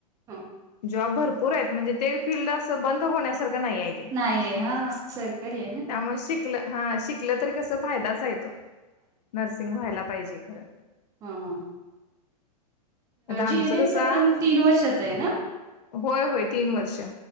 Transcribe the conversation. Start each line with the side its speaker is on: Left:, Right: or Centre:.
Right: हा.
Left: जॉब भरपूर आहेत म्हणजे ते फिल्ड असं बंद होण्यासारखं नाही आहे. ते
Right: नाहीये. हां, सरकारी आहे ना?
Left: त्यामुळे शिकलं हा शिकलं तरी कस फायदाच आहे तो. नर्सिंग व्हायला पाहिजे खरं.
Right: हा.
Left: आता आमचं
Right: जी एन एम
Left: कसं
Right: च पण तीन वर्षाच आहे ना?
Left: होय होय तीन वर्ष,